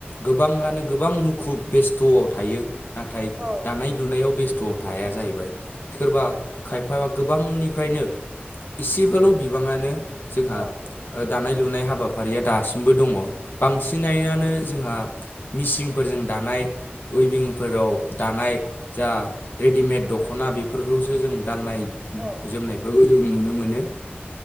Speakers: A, on the left; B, on the right.
A: गोबाङानो गोबां मुखुब बेस्थ'आव थायो। नाथाय
B: औ
A: दानाय लुनायाव बेस्थ। थ थाया जाहैबाय सोरबा खायफाया गोबांनिफ्रायनो इसेबोल' बिबाङानो जोंहा
B: औ
A: दानाय लुनाय हाबाफारिया दासिमबो दङ बांसिनानो जोंहा मिसिंफोरजों दानाय। उइभिंफोराव दानाय जा रेडिमेड दख'ना बेफोरखौसो जों गाननाय। जोमनायफोरखौ
B: औ
A: जों नुनो मोनो